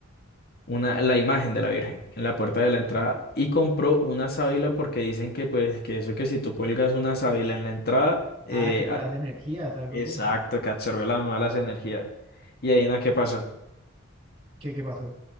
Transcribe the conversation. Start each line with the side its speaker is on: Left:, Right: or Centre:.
Left: una, la imagen de la Virgen en la puerta de la entrada y compró una sábila porque dicen que pues que eso que si tú cuelgas una sábila en la entrada, eh,
Right: Ah, que para
Left: a-
Right: las energías, algo
Left: exacto,
Right: así, ¿no?
Left: que absorbe las malas energías. Y ahí no, ¿qué pasó?
Right: ¿Qué, qué pasó?